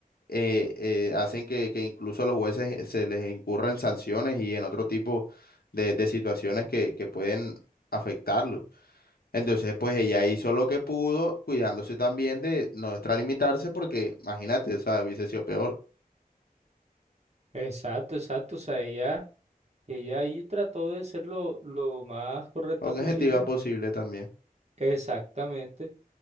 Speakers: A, on the left; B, on the right.
A: eh, eh, hacen que, que incluso a los jueces se les incurran sanciones y en otro tipo de, de situaciones que, que pueden afectarlos. Entonces, pues ella hizo lo que pudo, cuidándose también de no extralimitarse porque, imagínate, o sea, hubiese sido peor.
B: Exacto, exacto. O sea, ella, ella ahí trató de ser lo, lo más correcta
A: Con
B: posible.
A: objetiva posible también.
B: Exactamente.